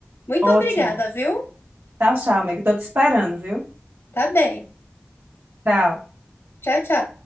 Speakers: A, on the left; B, on the right.
A: Muito
B: Ótimo.
A: obrigada, viu?
B: Tchau, tchau, amigo. Tô te esperando, viu?
A: Tá bem.
B: Tchau.
A: Tchau, tchau.